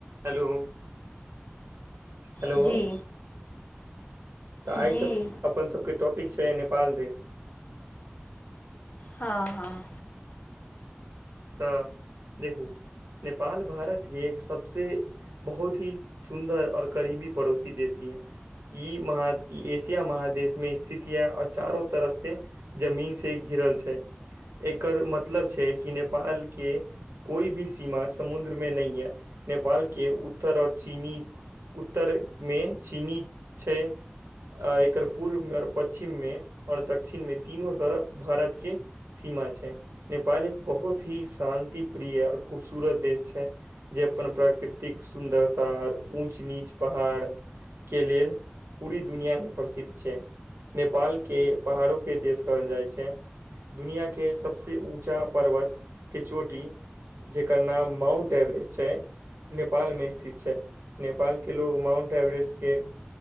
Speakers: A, on the right (about 75°); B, on the left (about 40°).
A: Hello hello.
B: जी
A: तऽ आइ
B: जी
A: सब अपन सभके टॉपिक छै नेपाल देश।
B: हँ हँ।
A: तऽ देखू नेपाल भारतके सबसँ बहुत हीं। सुन्दर और करीबी पड़ोसी देश यऽ। ई मह एशिया महादेश में स्थिति यै आओर चारो तरफ से। जमीन से घिरल छै एकर मतलब छै कि नेपाल के। कोइ भी सीमा समुद्रमे नहि ये नेपाल के उत्तर आओर चीनी। उत्तर मे चीनी छै। आ एकर पूर्व मे आओर पश्चिम में आओर दक्षिण मे तीनो तरफ भारत के। सीमा छै नेपाल एक बहुत ही शान्तिप्रिय आऔर खूबसूरत देश छै। जे अपन प्राकृतिक सुन्दरता आओर ऊँच नीच पहाड़। के लेल पूरी दुनियामे प्रसिद्ध छै। नेपालके पहाड़ो के देश कहल जाइत छै। दुनिआके सबसँ ऊँचा पर्वत। के चोटी जेकर नाम माउंट एवरेस्ट छै नेपाल मे स्थित छै। नेपालके लोक माउन्ट एवरेस्टके।